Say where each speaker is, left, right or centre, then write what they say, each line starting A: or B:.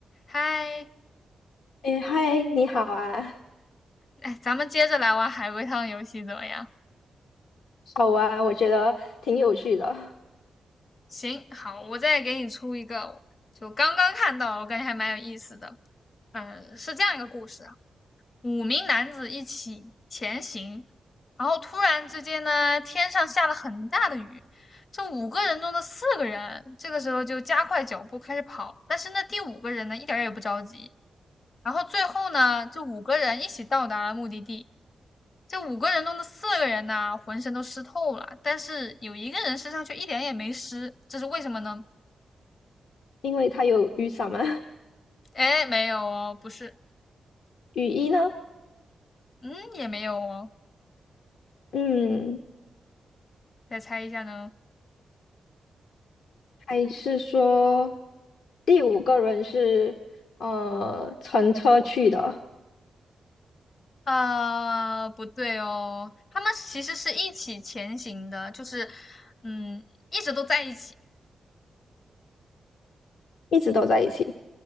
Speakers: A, on the left; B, on the left.
A: 嗨，
B: 哎，嗨，你好啊，
A: 哎，咱们接着来玩海龟汤游戏怎么样？
B: 好啊，我觉得挺有趣的，
A: 行，好，我再给你出一个，就刚刚看到，我感觉还蛮有意思的。嗯，是这样一个故事啊：五名男子一起前行，然后突然之间呢，天上下了很大的雨。这五个人中的四个人，这个时候就加快脚步开始跑，但是那第五个人呢，一点儿也不着急。然后最后呢，这五个人一起到达了目的地。这五个人中的四个人呢，浑身都湿透了，但是有一个人身上却一点也没湿，这是为什么呢？
B: 因为它有雨伞嘛。
A: 哎，没有哦，不是，
B: 雨衣呢？
A: 嗯，也没有哦，
B: 嗯，
A: 再猜一下呢？
B: 还是说第五个人是呃乘车去的，
A: 啊，不对哦，他们其实是一起前行的，就是嗯，一直都在一起，
B: 一直都在一起。